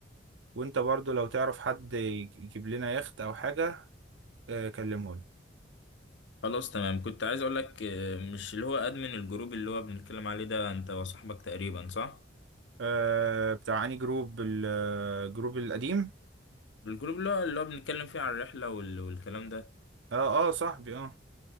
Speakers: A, on the right; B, on the left.
A: وانت برضه لو تعرف حد يجيب لنا يخت او حاجة اه، كلمه لي
B: خلاص تمام كنت عايز اقول لك آه، مش اللي هو ادمن الجروب اللي هو بنتكلم عليه ده انت وصاحبك تقريبا صح
A: آه بتاع اني جروب الجروب القديم
B: الجروب اللي هو اللي هو بنتكلم فيه عن الرحله وال... والكلام ده
A: اه اه صاحبي اه